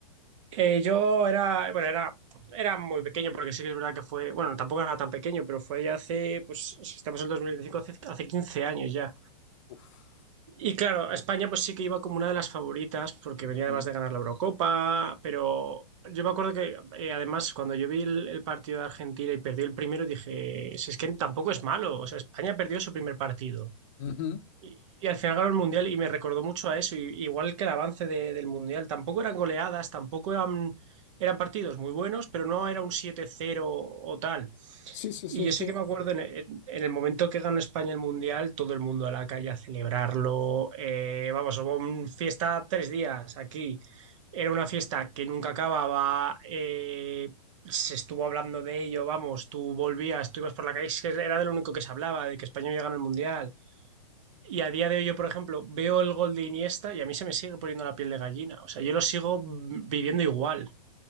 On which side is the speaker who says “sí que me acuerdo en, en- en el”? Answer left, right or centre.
Right